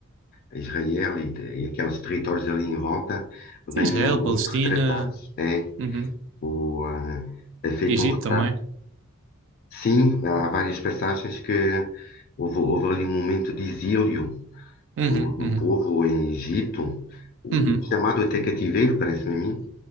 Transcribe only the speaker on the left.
Israel e, de- e aqueles territórios ali em volta, vêm
eh, muito
retratados. É,
o, ah, é feito
um retrato.
Sim, há várias passagens que houve, houve ali um momento de exílio
do, do
povo em Egito, o
chamado até cativeiro, parece-me a mim.